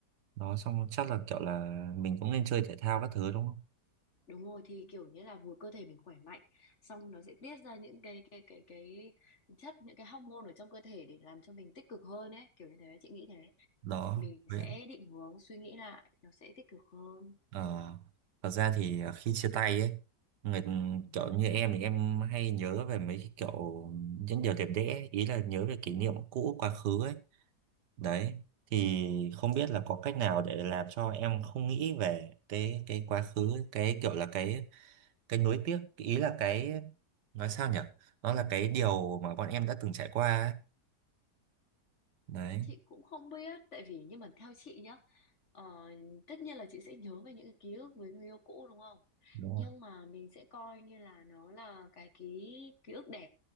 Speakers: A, on the right; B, on the left.
A: đó xong chắc là kiểu là mình cũng nên chơi thể thao các thứ đúng không
B: Đúng rồi thì kiểu như là vừa cơ thể mình khỏe mạnh xong nó sẽ tiết ra những cái cái cái cái chất những cái hormone ở trong cơ thể để làm cho mình tích cực hơn ấy kiểu như thế chị nghĩ thế
A: đó
B: mình
A: đó
B: sẽ định hướng suy nghĩ lại nó sẽ tích cực hơn
A: Ờ, thật ra thì à, khi chia tay ấy người
B: Ừ.
A: kiểu như em thì em hay nhớ về mấy cái kiểu những điều đẹp đẽ ý là nhớ về kỷ niệm cũ quá khứ ấy đấy thì không biết là có cách nào để làm cho em không nghĩ về cái cái quá khứ cái kiểu là cái cái nuối tiếc ý là cái nói sao nhỉ nó là cái điều mà bọn em đã từng trải qua ấy. đấy
B: chị cũng không biết tại vì nhưng mà theo chị nhá ờ, tất nhiên là chị sẽ nhớ về những cái ký ức với người yêu cũ đúng không
A: đúng
B: nhưng mà mình sẽ coi như là nó là cái ký ký ức đẹp